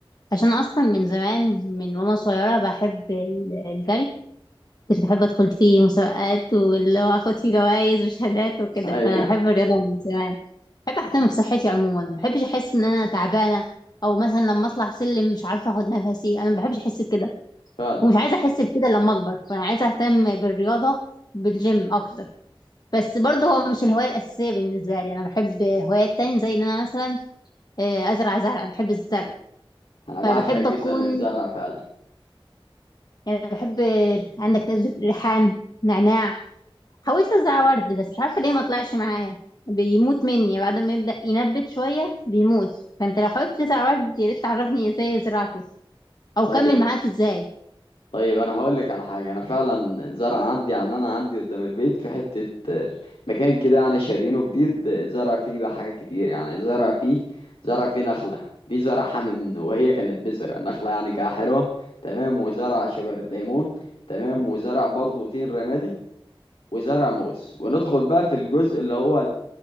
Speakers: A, on the left; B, on the left.
A: عشان اصلا من زمان من وانا صغيره بحب ال- الجري كنت بحب ادخل فيه مسابقات واللي هو اخد فيه جوائز وشهادات وكده
B: هي
A: فانا بحب الرياضه من زمان بحب اهتم بصحتي عموما ما بحبش احس ان انا تعبانه او مثلا لما اطلع سلم مش عارفه اخد نفسي انا ما بحبش احس بكده
B: فعلا
A: ومش عايزه احس بكده لما اكبر فانا عايزه اهتم بالرياضه بالجيم اكتر بس برضه هو مش الهواية الأساسية بالنسبة لي أنا بحب هوايات تانية زي إن أنا مثلا آه، أزرع زرع بحب الزرع
B: انا بعشق
A: فبحب
B: جدا
A: أكون
B: الزرع فعلا
A: يعني بحب آه، عندك ريحان نعناع حاولت أزرع ورد بس مش عارفة ليه ما طلعش معايا بيموت مني بعد ما يبدأ ينبت شوية بيموت فأنت لو حاولت تزرع ورد يا ريت تعرفني إزاي زرعته أو
B: طيب
A: كمل معاك إزاي
B: طيب انا هقول لك على حاجه انا فعلا زرع عندي يعني انا عندي قدام البيت في حته آه، مكان كده يعني شارينه جديد آه، زرع فيه بقى حاجات كتير يعني زرع فيه زرع فيه نخله دي زرعها من وهي كانت بذره نخله يعني كده حلوه تمام وزرع شجره ليمون تمام وزرع برضه تين رمادي وزرع موز وندخل بقى في الجزء اللي هو